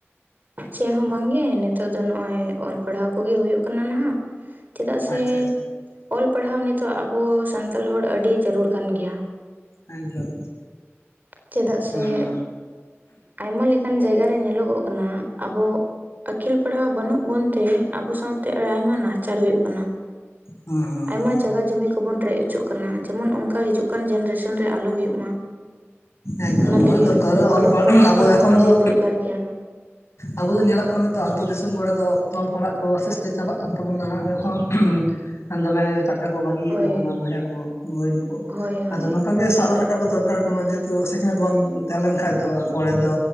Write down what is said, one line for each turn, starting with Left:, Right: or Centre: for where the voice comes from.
Right: ᱪᱮᱫ ᱦᱚᱸ ᱵᱟᱝᱜᱮ ᱱᱤᱛᱚᱜ ᱫᱚ ᱱᱚᱜᱼᱚᱭ ᱚᱞ ᱯᱟᱲᱦᱟᱣ ᱠᱚᱜᱮ ᱦᱩᱭᱩᱜ ᱠᱟᱱᱟ ᱱᱟᱦᱟᱜ ᱪᱮᱫᱟᱜ ᱥᱮ
Left: ᱟᱪᱪᱷᱟ ᱟᱪᱪᱷᱟ
Right: ᱚᱞ ᱯᱟᱲᱦᱟᱣ ᱱᱤᱛᱚᱜ ᱟᱵᱚ ᱥᱟᱱᱛᱟᱲ ᱦᱚᱲ ᱟᱹᱰᱤ ᱡᱟᱹᱨᱩᱲ ᱠᱟᱱ ᱜᱮᱭᱟ
Left: ᱮᱫᱚᱢ
Right: ᱪᱮᱫᱟᱜ ᱥᱮ
Left: ᱦᱚᱸ
Right: ᱟᱭᱢᱟ ᱞᱮᱠᱟᱱ ᱡᱟᱭᱜᱟ ᱨᱮ ᱧᱮᱞᱚᱜᱚᱜ ᱠᱟᱱᱟ ᱟᱵᱚ ᱟᱹᱠᱤᱞ ᱯᱟᱲᱦᱟᱣ ᱵᱟᱹᱱᱩᱜ ᱵᱚᱱᱛᱮ ᱟᱵᱚ ᱥᱟᱶᱛᱮ ᱟᱭᱢᱟ ᱱᱟᱦᱟᱪᱟᱨ ᱦᱩᱭᱩᱜ ᱠᱟᱱᱟ
Left: ᱦᱮᱸ
Right: ᱟᱭᱢᱟ
Left: ᱦᱮᱸ
Right: ᱡᱟᱜᱟ ᱡᱚᱢᱤ ᱠᱚ ᱠᱚᱵᱚᱱ ᱨᱮᱡ ᱦᱚᱪᱚᱜ ᱠᱟᱱᱟ ᱡᱮᱢᱚᱱ ᱚᱱᱠᱟ ᱦᱤᱡᱩᱜ ᱠᱟᱱ ᱡᱮᱱᱟᱨᱮᱥᱚᱱ ᱨᱮ ᱟᱞᱚ ᱦᱩᱭᱩᱜ ᱢᱟ
Left: ᱮᱠᱫᱚᱢ ᱚᱱᱟ
Right: ᱞᱟᱹᱜᱤᱫ
Left: ᱫᱚ ᱫᱚᱨᱠᱟᱨ ᱚᱞ
Right: ᱚᱞᱚᱜ
Left: ᱯᱟᱲ
Right: ᱯᱟᱲᱦᱟᱜ
Left: ᱟᱵᱚ ᱮᱠᱷᱚᱱ
Right: ᱟᱹᱰᱤ
Left: ᱫᱚ
Right: ᱫᱚᱨᱠᱟᱨ ᱜᱮᱭᱟ
Left: ᱟᱵᱚ ᱫᱚ ᱧᱮᱞᱚᱜ ᱠᱟᱱᱟ ᱛᱚ ᱟᱹᱛᱩ ᱫᱤᱥᱚᱢ ᱠᱚᱨᱮ ᱫᱚ ᱚᱞ ᱯᱟᱲᱦᱟᱜ ᱠᱚ ᱟᱥᱛᱮ ᱟᱥᱛᱮ ᱪᱟᱵᱟᱜ ᱠᱟᱱ ᱛᱟᱵᱚᱱᱟ ᱮᱠᱷᱚᱱ ᱟᱱ ᱫᱚᱢᱮ ᱪᱟ ᱠᱟ ᱠᱚ ᱵᱟᱹᱜᱤᱭᱮᱫ
Right: ᱦᱳᱭ
Left: ᱛᱟᱵᱚᱱᱟ ᱵᱚᱭᱦᱟ ᱠᱚ ᱵᱚᱭᱤᱱ ᱠᱚ
Right: ᱦᱳᱭ ᱦᱳᱭ
Left: ᱟᱫᱚ ᱱᱚᱝᱠᱟ ᱜᱮ ᱥᱟᱵ ᱨᱟᱠᱟᱵ ᱫᱚ ᱫᱚᱨᱠᱟᱨ ᱠᱟᱱᱟ ᱡᱮ ᱛᱚ ᱥᱤᱠᱷᱱᱟᱹᱛ ᱵᱟᱢ ᱛᱟᱦᱮᱸ ᱞᱮᱱ ᱠᱷᱟᱱ ᱫᱚ ᱯᱚᱨᱮᱫ ᱫᱚ